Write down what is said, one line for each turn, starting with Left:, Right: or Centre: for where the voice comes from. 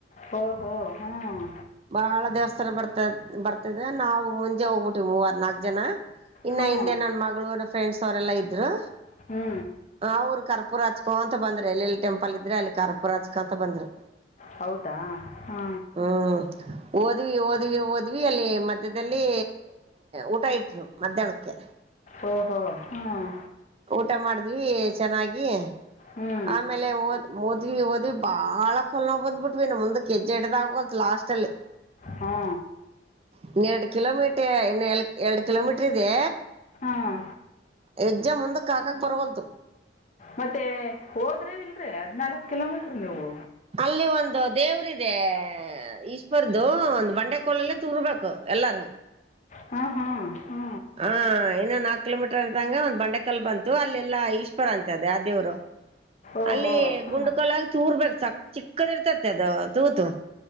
Left: ಹೋ ಹೊ ಹ್ಮ್
Right: ಬಾಳ ದೇವಸ್ಥಾನ ಬರ್ತ ಬರ್ತದೆ ನಾವು ಮುಂಜೆ ಹೋಗ್ಬಿಟ್ಟಿವವಿ ಮೂವರ್ ನಾಕ್ ಜನ ಇನ್ನ
Left: ಹ್ಞೂ
Right: ಹಿಂದೆ ನನ್ ಮಗಳುರ ಫ್ರೆಂಡ್ಸ್ ಅವರೆಲ್ಲಾ ಇದರು
Left: ಹ್ಞೂ
Right: ಅವ್ರು ಕರ್ಪೂರ ಹಚ್ಕೋ ಅಂತ ಬಂದ್ರರು ಎಲ್ಲಿೆಲ್ಲಿ ಟೆಂಪಲ್ ಇದ್ರೆ ಅಲ್ಲಿ ಕರ್ಪೂರ ಹಚ್ಕೊಂತ ಬಂದ್ರು
Left: ಹೌದಾ ಹಾ
Right: ಹ್ಮ್ ಓದ್ವಿ ಓದ್ವಿ ಒದ್ ದ್ವಿ ಅಲ್ಲಿ ಮಧ್ಯ್ಯದಲ್ಲಿ ಊಟ ಇಟ್ರು ಮಧ್ಯಾಹ್ನಕ್ಕೆ
Left: ಓ ಹೋ ಹ್ಮ್
Right: ಊಟ ಮಾಡಿದ್ವಿ ಚೆನ್ನಾಗಿ
Left: ಹ್ಞೂ
Right: ಆಮೇಲೆ ಒದ್ ಓದ್ವಿ ಓದ್ವಿ ಬಾಳ ಕಲ್ನ ಬಂದ್ಬ ಬಿಟ್ವಿ ನ ಮುಂದ ಹೆಜ್ಜೆ ಎಡ್ದ ಆಗೋಲ್ತ್ ಲಾಸ್ಟ್ ಅಲ್ಲಿ
Left: ಹಾ
Right: ಇನ್ನ ಎರಡು ಕಿಲೋಮೀಟರ್ ಇನ್ನ ಎ ಎರಡು ಕಿಲೋಮೀಟರ್ ಇದೆ
Left: ಹಾಂ
Right: ಹೆಜ್ಜೆ ಮುಂದಕ್ಕೆ ಹಾಕಕ್ ಬರವಲ್ದು
Left: ಮತ್ತೆ ಹೋದ್ರೆ ಇಲ್ರಿ ಹದ್ನಾಾಲ್ಕಕ್ ಕಿಲೋಮೀಟರ್ ನೀವು
Right: ಅಲ್ಲಿ ಒಂದು ದೇವ್ರಿದೆ ಈಶ್ವರದುು ಒಂದು ಬಂಡೆ ಕೋಲಲ್ಲ ತುರ್ಬೇಕು ಎಲ್ಲು
Left: ಹಾ ಹಾ ಹ್ಮ
Right: ಹಾ ಇನ್ನ ನಾಕ್ ಕಿಲೋಮೀಟರ್ ಅ್ದಂಗ ಒಂದ್ ಬಂಡೆಕಲ್ ಬಂತು ಅಲ್ಲೆಲ್ಲಾ ಈಶ್ವರ ಅಂತ ಅದ ಯ ದೇವ್ರು
Left: ಓಹೋ
Right: ಅಲ್ಲಿ
Left: ಹಾಂ
Right: ಗುಂಡು ಕಲ್ಾಗ ತೂರ್ಬೇಕು ಚಕ್ ಚಿಕ್ಕದ ಇರ್ತತಿ ಅದು ತೂತು